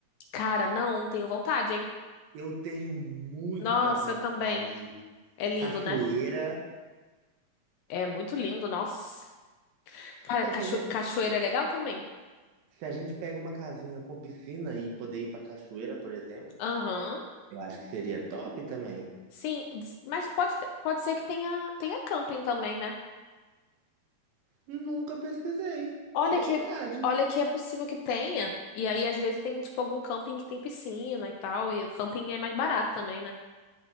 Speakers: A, on the left (about 80°); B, on the right (about 75°).
A: Cara, não, tenho vontade, hein?
B: Eu tenho muita
A: Nossa,
B: vontade.
A: eu também. É lindo,
B: Cachoeira.
A: né? É muito lindo, nossa. Cara,
B: Pô,
A: cacho-
B: se a gente,
A: cachoeira é legal também.
B: se a gente pega uma casinha com piscina e poder ir pra cachoeira, por exemplo,
A: Aham.
B: eu acho que seria top também.
A: Sim, des- mas pode, te- pode ser que tenha, tenha camping também, né?
B: Nunca pesquisei.
A: Olha
B: Verdade.
A: que, olha que é possível que tenha. E aí, às vezes, tem, tipo, algum camping que tem piscina e tal. E o camping é mais barato também, né?